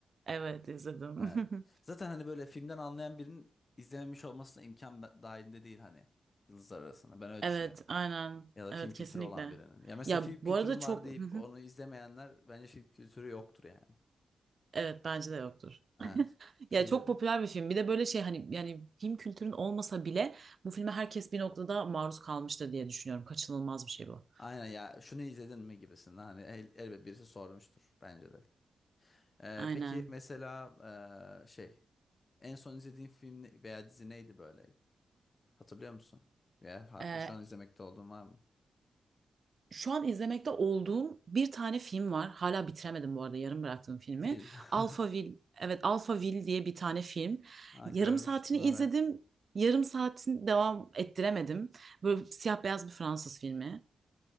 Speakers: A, on the right; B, on the left.
A: Evet izledim.
B: E,
A: <laughs>
B: Zaten hani böyle filmden anlayan birinin izlememiş olmasına imkan be- dahilinde değil hani. Yıldızlar Arası'nı. Ben öyle
A: Evet
B: düşünüyorum.
A: aynen.
B: Ya da
A: Evet
B: film kültürü
A: kesinlikle.
B: olan birinin. Ya mesela
A: Ya
B: film kültürüm
A: bu arada çok
B: var deyip
A: Hı hı.
B: onu izlemeyenler bence film kültürü yoktur yani.
A: evet bence de yoktur.
B: Evet. Bir
A: Ya
B: şey
A: çok
B: diyordum.
A: popüler bir film. Bir de böyle şey hani yani film kültürün olmasa bile bu filme herkes bir noktada maruz kalmıştır diye düşünüyorum. Kaçınılmaz bir şey bu.
B: Aynen ya şunu izledin mi gibisinden hani el- elbet birisi sormuştur bence de. Ee,
A: Aynen.
B: peki mesela ee, şey en son izlediğin film ne- veya dizi neydi böyle? Hatırlıyor musun? Veya ha-
A: Ee,
B: şu an izlemekte olduğun var mı?
A: Şu an izlemekte olduğum bir tane film var. Hala bitiremedim bu arada yarım bıraktığım filmi.
B: Film. <laughs>
A: Alphaville. Evet Alphaville diye bir tane film.
B: Ha,
A: Yarım
B: görmüştüm
A: saatini izledim.
B: evet.
A: Yarım saatin devam ettiremedim. Böyle siyah beyaz bir Fransız filmi.